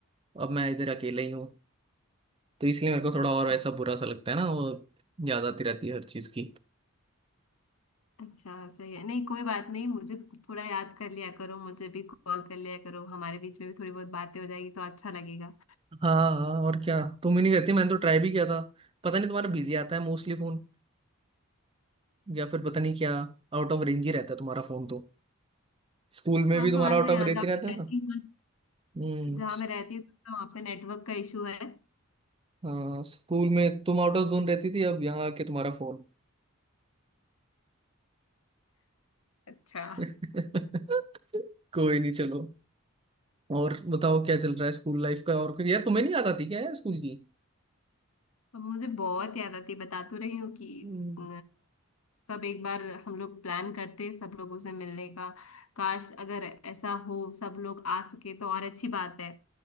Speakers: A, on the right; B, on the left.
A: अब मैं इधर अकेले ही हूँ तो इसलिए मेरे को
B: अच्छा
A: थोड़ा और ऐसा बुरा सा लगता है ना वो याद आती रहती है हर चीज़ की
B: अच्छा सही है नहीं कोई बात नहीं मुझे थोड़ा याद कर लिया करो मुझे भी कॉल कर लिया करो हमारे बीच में भी थोड़ी बहुत बातें हो जाएगी तो अच्छा लगेगा
A: हाँ हाँ, और क्या तुम ही नहीं करती मैंने तो ट्राई भी किया था पता नहीं तुम्हारा बिजी आता है मोस्टली फोन या फिर पता नहीं क्या आउट ऑफ रेंज ही रहता है तुम्हारा फोन तो स्कूल में
B: हाँ
A: भी तुम्हारा
B: थोड़ा
A: आउट
B: सा यहाँ
A: ऑफ रहती
B: जहाँ
A: रहता
B: मैं
A: था
B: रहती हूँ
A: हम्म
B: जहाँ मैं रहती हूँ तो वहाँ पे नेटवर्क का इशू है
A: हाँ, स्कूल में तुम आउट ऑफ जोन रहती थी अब यहाँ आके तुम्हारा फोन
B: अच्छा
A: <laughs> कोई नहीं चलो और बताओ क्या चल रहा है स्कूल लाइफ का और कुछ यार तुम्हें नहीं याद आती क्या यार स्कूल की
B: अब मुझे बहुत याद आती है, बता तो रही हूँ कि
A: हम्म,
B: अ, कब एक बार हम लोग प्लान करते सब लोगों से मिलने का काश अगर ऐसा हो सब लोग आ सके तो और अच्छी बात है